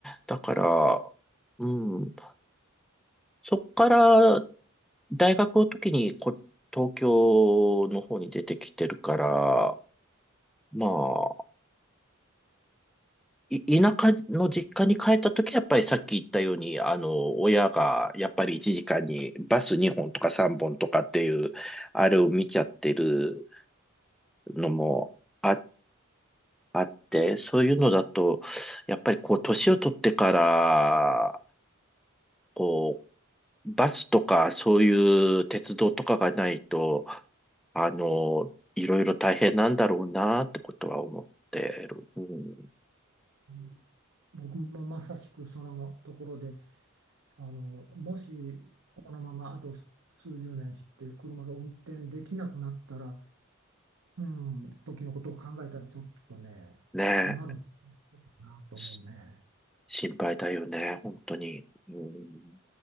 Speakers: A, in the centre; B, on the right (about 80°).
A: だから、うん。そっから大学の時にこ、東京の方に出てきてるから、まあ、い田舎の実家に帰った時はやっぱりさっき言ったように、あの、親がやっぱり1時間にバス2本とか3本とかっていう、あれを見ちゃってるのもあ、あって、そういうのだと、やっぱりこう、年を取ってから、こう、バスとかそういう鉄道とかがないと、あの、いろいろ大変なんだろうなってことは思ってる。うん、
B: うん僕もまさしくそのところであのもしこのままあと数十年して車が運転できなくなったら、うん、時のことを考えたらちょっとね困る
A: ねえ、
B: なと思うね。
A: し心配だよね、本当に。うん